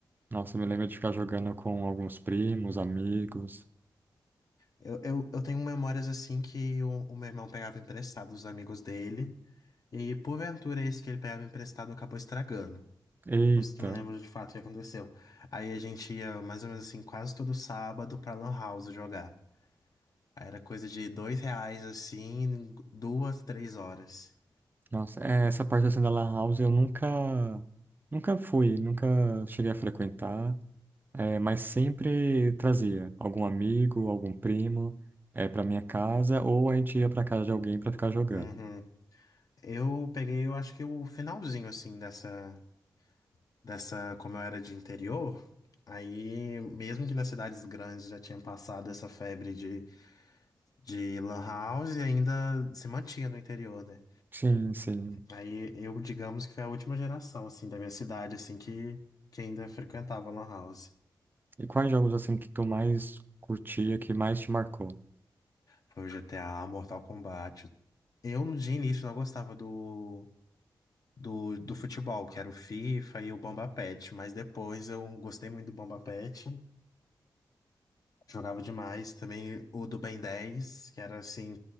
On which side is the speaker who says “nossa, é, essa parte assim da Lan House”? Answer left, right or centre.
Right